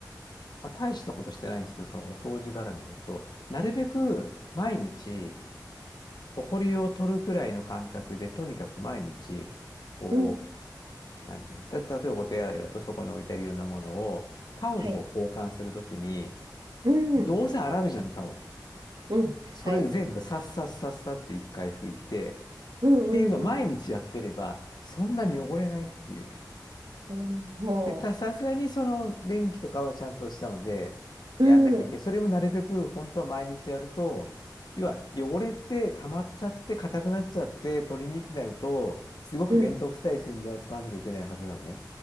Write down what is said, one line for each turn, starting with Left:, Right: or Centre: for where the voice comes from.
Left: まあ、大したことしてないんですけど、そのお掃除絡みだと、なるべく毎日、埃を取るくらいの感覚で、とにかく毎日、こ
Right: うん。
Left: う、なんていうの、た、例えばお手洗いだとそこに置いてあるようなものを、タオルを交換するときに、
Right: はい。うん。
Left: どうせ洗うじゃん、タオル。
Right: うん。
Left: それで全部さっさっさっさって一回拭いて、
Right: はい。うんうんうん。
Left: っていうのを毎日やってれば、そんなに汚れないっていうね。
Right: うんも
Left: で、た、さすがにその便器とかはちゃんとしたので、
Right: う、
Left: やんなきゃいけない。
Right: うん。
Left: それもなるべく本当は毎日やると、要は汚れって溜まっちゃって硬くなっちゃって取りにくくなると、すごくめんどくさい洗剤を使わなきゃいけないはずなのね。
Right: うん